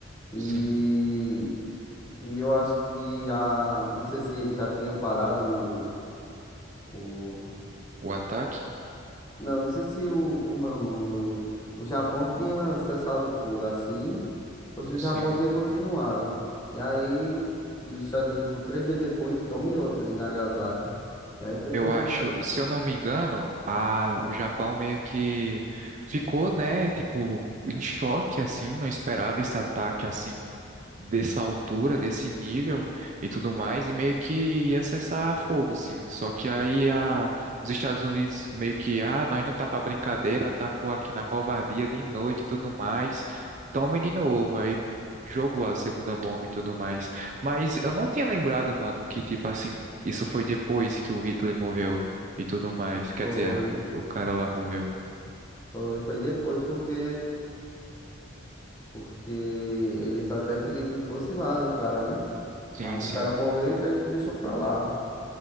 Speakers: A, on the left; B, on the right.
A: E,
B: sim.
A: e eu acho que a. Não sei se ele já tinha parado o. O
B: O ataque?
A: Não, não sei se o, como é o nome, o, o Japão tinha cessado o fogo assim, ou se o
B: Sim.
A: Japão tinha continuado. E aí, os Estados Unidos, com três dias depois, tome outra em Nagasaki. E aí foi
B: Eu
A: quando
B: acho,
A: o Japão...
B: se eu não me engano, a, o Japão meio que ficou, né, tipo, em choque, assim, não esperava esse ataque, assim, dessa altura, desse nível e tudo mais, e meio que ia cessar fogo, sim. Só que aí a, os Estados Unidos meio que, ah, nós não tá pra brincadeira, atacou aqui na covardia de noite e tudo mais, toma de novo, aí jogou a segunda bomba e tudo mais. Mas eu não tinha lembrado, mano, que, tipo assim, isso foi depois que o Hitler morreu e tudo mais. Quer
A: Foi,
B: dizer, o, o cara lá morreu.
A: foi, foi depois porque... Porque eles até queriam que fosse lá no cara, né?
B: Sim,
A: Mas
B: sim,
A: o cara morreu, então ele deixou pra lá.